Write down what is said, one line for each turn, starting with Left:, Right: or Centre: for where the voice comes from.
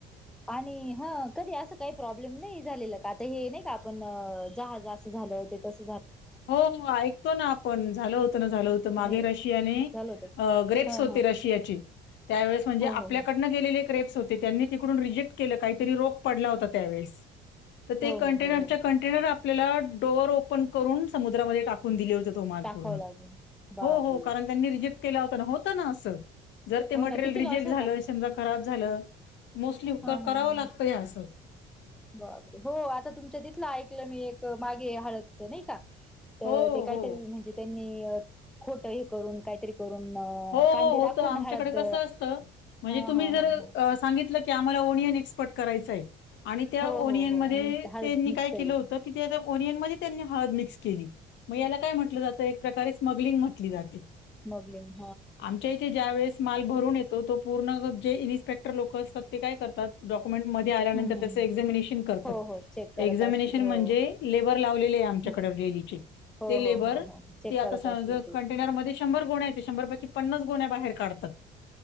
Centre: आणि हं कधी अस काही प्रब्लेम नाही झालेल. आता हे नाही का आपण जहाज असं झालं तेसं
Left: हो हो ऐकतो ना आपण झाल होतं ना झालं होतं मागे
Centre: म
Left: रशियाने
Centre: झालं होत
Left: ग्रेप्स
Centre: हा
Left: होते.
Centre: हा
Left: रशियाचे त्यावेळेस म्हणजे
Centre: हो हो
Left: आपल्याकडनं
Centre: हो
Left: गेलेले रिप्स होते त्यांनी तिकडून रिजेक्ट के काहीतरी रोख पडला होता त्यावेळेसं. तर ते
Centre: हो
Left: कंटेनरच्या
Centre: हो हो हो
Left: कंटेनर आपल्याला डोअर ओपन करून समुद्रामध्ये टाकून दिले. तो माल
Centre: टाकावं
Left: पूर्ण
Centre: लागेल बापरे
Left: हो हो कारण त्यांनी रिजेक्ट केला होता, होत ना अस. जर ते
Centre: हो
Left: मटेरियल
Centre: ना किती
Left: रिजेक्ट
Centre: लॉस
Left: झालं समजा खराब झालं मोस्टली
Centre: हा हा
Left: करावं
Centre: ह
Left: लागतं हे असं
Centre: बरोबर हो आता तुमच्या तथलं ऐकलं मी एक मागे हळदच नाही का तर
Left: हो
Centre: ते काहीतरी
Left: हो
Centre: म्हणजे त्यांनी खोट हे करून काहीतरी करून अ,
Left: हो हो
Centre: कांदे
Left: हो
Centre: दाखवून
Left: आमच्याकडे
Centre: हळद
Left: कस असतं म्हणजे
Centre: हा
Left: तुम्ही
Centre: हा
Left: जर
Centre: हा हा
Left: सांगितलं की क आम्हाला ओनियन एक्सपोर्ट करायचंय. आणि त्या
Centre: हो
Left: ओरियन
Centre: हो हो
Left: मध्ये
Centre: आणि हळद
Left: त्यांनी
Centre: निघतय
Left: काय केलं होतं की त्या ओनियन मध्ये त्यांनी हळद मिक्स केली. मग याला काय म्हटलं जातं एक प्रकारे स्मग्लिंग म्हटली जाते.
Centre: स्मग्लिंग
Left: आमच्या इथे ज्या वेळेस माल भरून येतो तो पूर्ण जे इन्स्पेक्टर लोक असतात ते काय करतात डॉ पेमेंट मध्ये आल्यानंतर
Centre: हम्म
Left: त्याच
Centre: हम्
Left: एक्झामिनेशन करतात
Centre: हो हो चेक करत
Left: एक्झामिनेशन
Centre: असतील हो
Left: म्हणजे लिव्हर लावलेले आम
Centre: हम्म
Left: <unintelligible> डेलीचे
Centre: हो
Left: ते लेबर
Centre: हो हो हो चेक
Left: ते आता
Centre: करत
Left: समाजा
Centre: असतील ते
Left: कंटेनरमध्ये शंभर गोण्या्या शंभर पैकी पन्नास गोण्या् बाहेर काढतात.